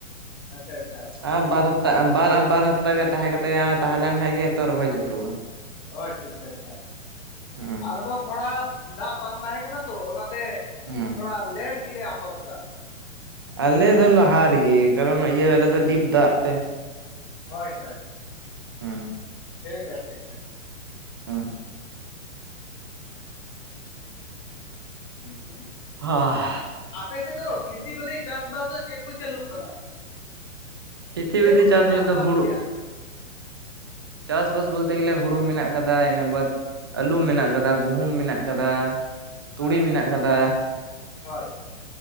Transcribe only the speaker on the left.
ᱟᱪᱪᱷᱟ ᱟᱪᱪᱷᱟ᱾
ᱚᱪᱪᱷᱟ ᱟᱪᱪᱷᱟ ᱟᱪᱷᱟ
ᱟᱫᱚ ᱛᱷᱚᱲᱟ ᱫᱟᱜ ᱵᱟᱝ ᱛᱟᱦᱮᱸ ᱠᱟᱱᱟ ᱛᱚ ᱚᱱᱟᱛᱮ
ᱛᱷᱚᱲᱟ ᱞᱮᱴ ᱜᱮᱞᱮ ᱟᱯᱷᱚᱨ ᱠᱮᱫᱟ᱾
ᱦᱳᱭ ᱦᱳᱭ᱾
ᱴᱷᱤᱠ ᱜᱮᱭᱟ ᱴᱷᱤᱠ ᱜᱮᱭᱟ᱾
ᱦᱮᱸ <inaudible>
ᱟᱯᱮᱥᱮᱫ ᱫᱚ ᱠᱷᱮᱛᱤ ᱵᱟᱹᱛᱤ ᱪᱟᱥᱵᱟᱥ ᱫᱚ ᱪᱮᱫ ᱠᱚ ᱪᱟᱹᱞᱩᱜ ᱠᱟᱱᱟ?
ᱪᱮᱫ
ᱠᱚᱯᱮ
ᱪᱟᱥ
ᱵᱟᱥ
ᱜᱮᱭᱟ?
ᱦᱳᱭ ᱦᱳᱭ
ᱦᱳᱭ